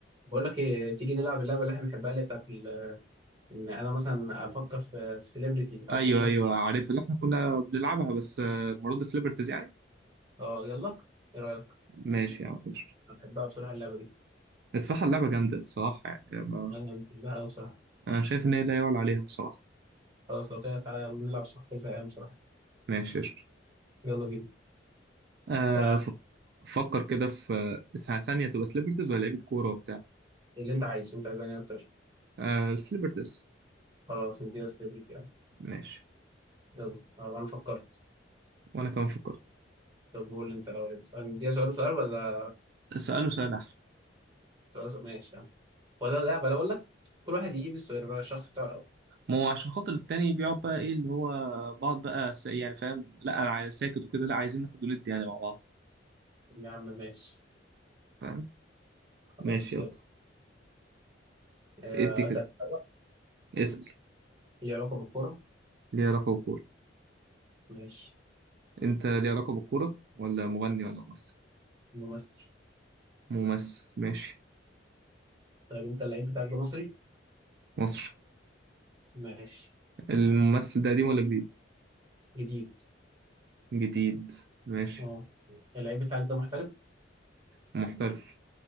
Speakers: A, on the right; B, on the right.
A: بقول لك ايه تيجي نلعب اللعبه اللي احنا بنحبها اللي هي بتاعت ال- ان انا مثلا افكر في في سيلبرتي او
B: ايوه
A: شخص
B: ايوه عارف اللي احنا كنا بنلعبها بس آه، مرات سليبرتيز يعني
A: اه يلا ايه رايك
B: ماشي يا عم ماشي
A: انا بحبها بصراحه اللعبه دي
B: الصراحه اللعبه جامده الصراحه يعني ما
A: انا بحبها قوي بصراحه
B: انا شايف ان هي لا يعلى عليها الصراحه
A: خلاص لو كده تعالى يلا نلعب شخص زهقان بصراحه
B: ماشي يا شطر.
A: يلا بينا
B: آه
A: تع-
B: ف- فكر كده في آه، ثانيه تبقى سليبرتيز ولا لعيبه كوره وبتاع
A: اللي انت عايزه انت عايز انهي اكتر
B: آه سليبرتيز
A: خلاص نديها سيلبرتي يعني
B: ماشي
A: يلا آه، انا فكرت
B: وانا كمان فكرت
A: طب قول انت الاول انت نديها سؤال وسؤال ولا
B: سأله سؤال احلى
A: سؤال وسؤال ماشي يعني. ولا لا بلا اقول لك كل واحد يجيب السؤال الشخص بتاعه الاول
B: ما هو عشان خاطر التاني بيقعد بقى ايه اللي هو بعض بقى س- يعني فاهم لا انا عايز ساكت وكده لا عايزين ناخد وندي يعني مع بعض
A: يا عم ماشي
B: فاهم
A: خلاص
B: ماشي يلا
A: يلا آه،
B: ادي كده
A: اسال الاول
B: اسأل
A: ليه علاقه بالكوره
B: ليه علاقة بالكورة
A: ماشي
B: انت ليه علاقة بالكورة ولا مغني ولا ممثل
A: ممثل
B: ممثل ماشي
A: طيب انت اللعيب بتاعك ده مصري
B: مصر
A: ماشي
B: الممثل ده قديم ولا جديد
A: جديد
B: جديد ماشي
A: اه اللعيب بتاعك ده محترف
B: محترف